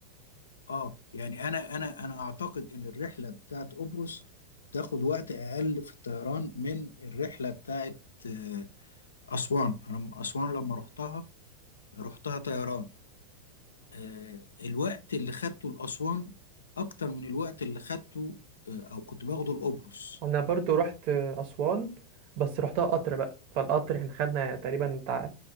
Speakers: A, on the left; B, on the right.
A: اه يعني أنا أنا أنا أعتقد إن الرحلة بتاعت قبرص تاخد وقت أقل في الطيران من الرحلة بتاعت آه، أسوان أنا من أسوان لما رحتها رحتها طيران آه، الوقت اللي خدته لأسوان أكتر من الوقت اللي خدته آه، أو كنت باخده لقبرص
B: انا برضو رحت اسوان بس رحتها قطر بقى فالقطر احنا خدنا تقريبا بتاع